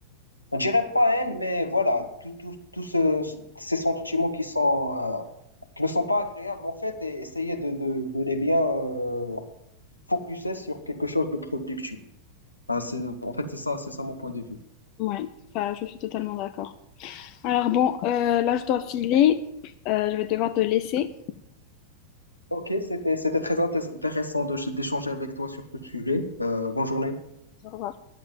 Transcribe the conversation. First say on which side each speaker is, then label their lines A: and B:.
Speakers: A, on the left; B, on the left.
A: on dirait pas haine, mais voilà, tout, tout, tout ce, ces sentiments qui sont, euh, qui ne sont pas agréables en fait, et essayer de, de, de les bien euh, focuser sur quelque chose de productif. Ah, c'est, en fait, c'est ça, c'est ça mon point de vue.
B: Ouais, enfin, je suis totalement d'accord. Alors bon, euh, là je dois filer, Euh, je vais devoir te laisser.
A: Ok, c'était, c'était très intéressant de- d'échanger avec toi sur ce sujet. Euh, bonne journée.
B: Au revoir.